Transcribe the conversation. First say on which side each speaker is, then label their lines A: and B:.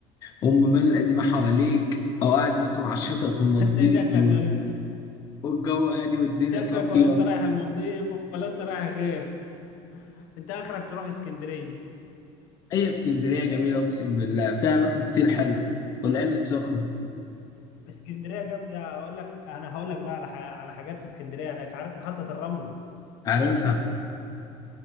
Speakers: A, on the left; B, on the left.
A: والمباني القديمه حواليك او قاعد مثلا على الشاطئ في المالديف
B: <laughs> انت شكلك
A: و-
B: ولا
A: والجو هادي والدنيا
B: شكلك
A: صافيه
B: ولا انت رايح المالديف ولا انت رايح غير انت اخرك تروح اسكندرية
A: هي اسكندريه جميله اقسم بالله فيها اماكن كتير حلوه والعين السخنه
B: اسكندريه جامده هقول لك انا هقول لك بقى على ح- على حاجات في اسكندريه هناك عارف محطه الرمل
A: عارفها